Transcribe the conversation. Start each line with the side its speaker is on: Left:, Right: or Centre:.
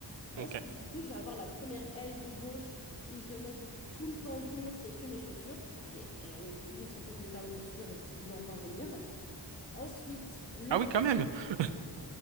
Left: Ensuite,
Right: Ok.
Left: du coup, je vais avoir la première aile de gauche où je vais mettre du coup tout le pan du mur, c'est que mes chaussures. J'ai euh, plus d'une centaine de paires de chaussures et tout ce qui doit encore venir. Ensuite, l'autre
Right: Ah oui, quand même. <laughs>